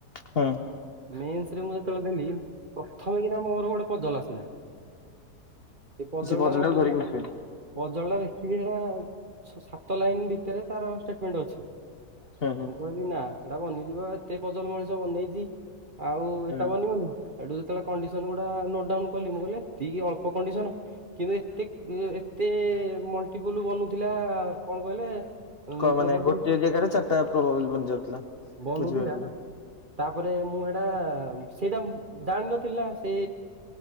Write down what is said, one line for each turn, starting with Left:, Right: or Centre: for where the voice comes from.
Left: ହଁ
Right: ମେନ୍ସରେ ମୁଁ ଯେତେବେଳେ ଦେଲି ପ୍ରଥମେ କିନା ମୋର ଗୋଟେ ପାଜଲ ଆସିଲା। ସେ ପଜଲ୍
Left: ପଜଲଟାକୁ
Right: ଟା ମୋ ପାଖରେ
Left: ଧରିକି ବସିବେ
Right: ପଜଲ୍ ଟା ଦେଖିବି ସେଟା ସାତ ଲାଇନ ଭିତରେ ତାର ଷ୍ଟେଟମେଣ୍ଟ ଅଛି।
Left: ହୁଁ ହୁଁ
Right: ମୁଁ କହିଲି ନା ସେଟା ବନିଯିବ ଏତେ ପଜଲ ମଣିଷ ବନେଇଛି। ଆଉ
Left: ହୁଁ
Right: ଏଟା ବନିବନି ଆଉ ଯେତେବେଳେ କଣ୍ଡିସନ ଗୁଡ଼ା ନୋଟ୍ ଡାଉନ କଲି ମୁଁ କହିଲି ଠିକ ଅଳ୍ପ କଣ୍ଡିସନ କିନ୍ତୁ ଏତେ ଏତେ ମଲଟିପୁଲ ବନୁଥିଲା କଣ କହିଲେ ଉଁ
Left: କହନାଇ
Right: ପ୍ରବାବି
Left: ଗୋଟଏ ଜାଗାରେ ଚାରିଟା ପ୍ରବାବୁଲ ବନିଯାଉଥିଲା ବୁଝିପାରୁଥିବେ।
Right: ବନଉଥିଲା ତାପରେ ମୁଁ ହେଟା ସେଇଟା ଜାଣିନଥିଲି ନା ସେ